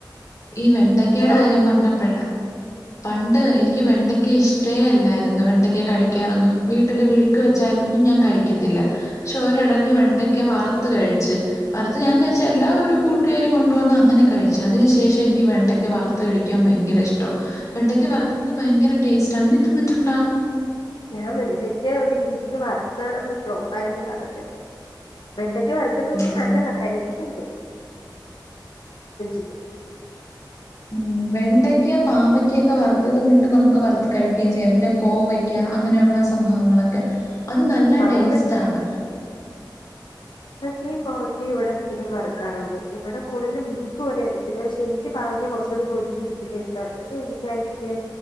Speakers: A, on the left; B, on the left.
A: ഈ വെണ്ടക്കയുടെ
B: വേറെ
A: കാര്യം പറഞ്ഞപ്പോഴാ പണ്ട് എനിക്ക് വെണ്ടെയ്ക്ക ഇഷ് ഇഷ്ടേ അല്ലായിരുന്നു വെണ്ടയ്ക്ക് കഴിക്കാനൊന്നും വീട്ടില് വിഴുക്ക് വെച്ചാലൊന്നും ഞാൻ കഴിക്കത്തില്ല പക്ഷെ ഒരടക്ക് വെണ്ടെയ്ക്ക വറുത്ത് കഴിച്ച് വറുത്ത് ഞാൻ കഴിച്ചതല്ല ഒരു കൂട്ടുകാരി കൊണ്ടുവന്ന് അങ്ങനെ കഴിച്ചു അതിനു ശേഷം ഈ വെണ്ടക്ക വറുത്ത് കഴിക്കാൻ ഭയങ്കര ഇഷ്ട്ടാ വെണ്ടക്ക വറുക്കുന്നത് ഭയങ്കര ടെസ്റ്റ്‌ ആണ് നീ തിന്നിട്ടുണ്ടാ
B: ഞാൻ വെണ്ടക്ക ഒരു രീതിക്ക് വറ്ക്കാണന്ന് ഫ്ലോപ്പായെന്ന് പറഞ്ഞത് വെണ്ടക്ക വറുക്കുന്ന പക്ഷെ
A: ഉം
B: നല്ലതാ കഴിച്ചിട്ടുണ്ട് <unintelligible>
A: ഉം വെണ്ടയ്ക്ക പാവയ്ക്കൊക്കെ വറുത്തതും കിട്ടും നമ്മക്ക് വറുത്തു കഴിക്കേം ചെയ്യാം പിന്നെ കോവയ്ക്ക അങ്ങനെയുള്ള സംഭവങ്ങളൊക്കെ അത്‌ നല്ല
B: പാവയ്ക്കയും
A: ടേസ്റ്റ് ആണ്.
B: ക്കേം ഗോവക്കേം ഇവ്ടെ സ്ഥിരം വറുക്കാറുണ്ട് ഇവ്ടെ കൂടുതലും മെഴുക്കുപോലെ പിന്നെപക്ഷെ എനിക്ക് പാവയ്ക്കാ കുറച്ചൂടെ മൊരിഞ്ഞിരിക്കുന്ന ഇഷ്ടാ. ഇവ്ടെ എനിക്കായിട്ടിങ്ങനെ